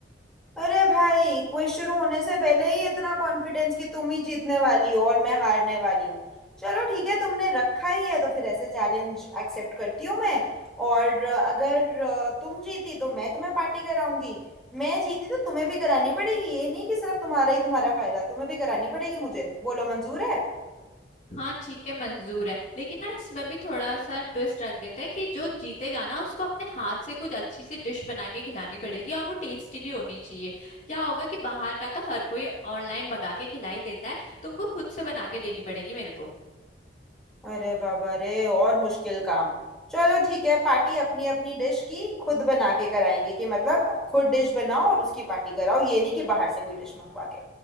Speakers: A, in the centre; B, on the left (about 40°).
A: अरे भाई क्विज शुरू होने से पहले ही इतना कॉन्फिडेंस कि तुम ही जीतने वाली हो और मैं हारने वाली हूँ चलो ठीक है तुमने रखा ही है तो फिर ऐसे चैलेंज एक्सेप्ट करती हूँ मैं और अ, अगर अ, तुम जीती तो मैं तुम्हें पार्टी कराऊंगी मैं जीती तो तुम्हें भी करानी पड़ेगी ये नहीं कि सिर्फ तुम्हारा ही तुम्हारा फायदा तुम्हें भी करानी पड़ेगी मुझे बोलो मंजूर है
B: हाँ ठीक है मंजूर है लेकिन ना इसमें भी थोड़ा सा ट्विस्ट रख देते हैं कि जो जीतेगा ना उसको अपने हाथ से कुछ अच्छी सी डिश बना के खिलानी पड़ेगी और वो टेस्टी भी होनी चाहिए क्या होगा कि बाहर का तो हर कोई ऑनलाइन मंगा के खिलाई देता है तुमको खुद से बना के देनी पड़ेगी मेरे को
A: अरे बाबा रे और मुश्किल काम चलो ठीक है पार्टी अपनी अपनी डिश की खुद बना के कराएंगे कि मतलब अब खुद डिश बनाओ और उसकी पार्टी कराओ ये नहीं कि बाहर से कोई डिश मंगवा के